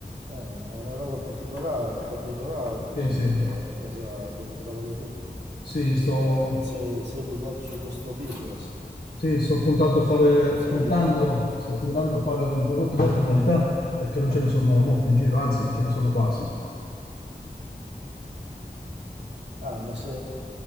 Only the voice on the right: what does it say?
Eh, è una roba particolare, particolare proprio,
è una cosa che non trovano tutti.
Eh, sei, sei buttato su questo business,
funziona
bene.
Ah, ma se,